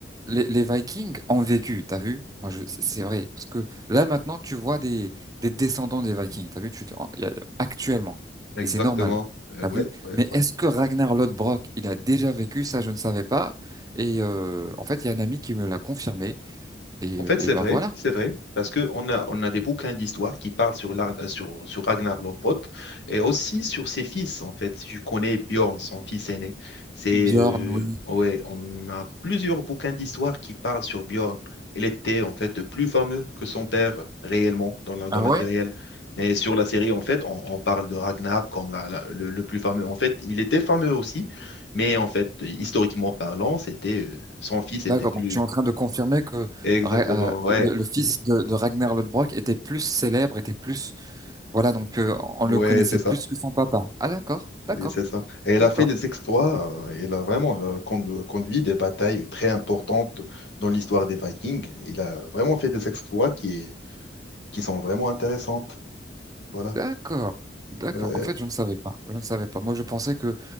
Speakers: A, on the right; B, on the left.
A: les, les Vikings ont vécu. T'as vu? Moi, je, c'est c'est vrai parce que là maintenant, tu vois des, des descendants des Vikings. T'as vu? Tu, te- il y a- actuellement,
B: Exactement.
A: et c'est normal.
B: Euh,
A: T'as
B: ouais,
A: vu?
B: ouais.
A: Mais est-ce que Ragnar Lodbrok, il a déjà vécu? Ça, je ne savais pas. Et euh, en fait, il y a un ami qui me l'a confirmé. Et,
B: En fait,
A: et
B: c'est
A: ben
B: vrai,
A: voilà.
B: c'est vrai, parce que on a, on a des bouquins d'histoire qui parlent sur, Lar- euh, sur, sur Ragnar Lodbrok et aussi sur ses fils, en fait. Si je connais Bjorn, son fils aîné, c'est,
A: Bjorn,
B: euh,
A: oui.
B: ouais, on a plusieurs bouquins d'histoire qui parlent sur Bjorn. Il était, en fait, plus fameux que son père, réellement, dans la, dans
A: Ah
B: la
A: ouais?
B: vie réelle. Mais sur la série, en fait, on, on parle de Ragnar comme la- la- le, le plus fameux. En fait, il était fameux aussi, mais en fait, historiquement parlant, c'était, euh, son fils était
A: D'accord,
B: plus...
A: donc tu es en train de confirmer que
B: Exactement,
A: Ra- euh, le,
B: ouais.
A: le fils de, de Ragnar Lodbrok était plus célèbre, était plus... Voilà, donc euh, on
B: Ouais,
A: le connaissait
B: c'est ça.
A: plus que son papa. Ah d'accord, d'accord,
B: Oui, c'est ça. Et elle
A: d'accord.
B: a fait des exploits. euh, Elle a vraiment euh, condu- conduit des batailles très importantes dans l'histoire des Vikings. Il a vraiment fait des exploits qui, qui sont vraiment intéressantes. Voilà.
A: D'accord, d'accord.
B: Ouais.
A: En fait, je ne savais pas. Je ne savais pas. Moi, je pensais que,